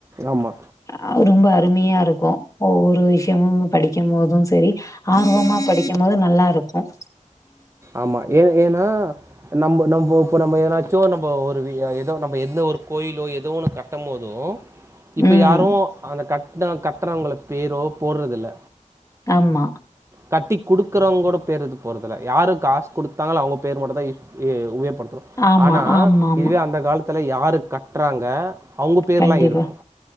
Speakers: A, on the right; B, on the left.
A: ஆமா
B: ஆ ரொம்ப அரிமையா இருக்கும் ஒவ்வொரு விஷியமு படிக்கும் போதும் செரி ஆர்வமா படிக்கும் போது நல்லா இருக்கும்
A: ஆமா ஏ ஏனா நம்ப நம்போ இப்ப நம்ம ஏனா சோ நம்மோ ஒரு எதோ நம்மோ எந்த ஒரு கோயிலோ ஏதுவு ஒன்னு கட்டம் போதோ இப்ப
B: ம்
A: யாரு அந்த கட்ட கட்டறவங்கள பேரோ போடறதில்ல
B: ஆம்மா
A: கட்டி குடுக்குறவங்களோட பேரு இது போறதில்ல யாரு காசு குடுத்தாங்ளோ அவங்க பேரு மட்டு தா ஏ படுக்றோ
B: ஆமா
A: ஆனா
B: ஆமா ஆமா
A: இதுவே அந்த காலத்ல யாரு கட்றாங்க அவுங்க பேர்லா
B: கண்டிப்பா
A: இருக்கும்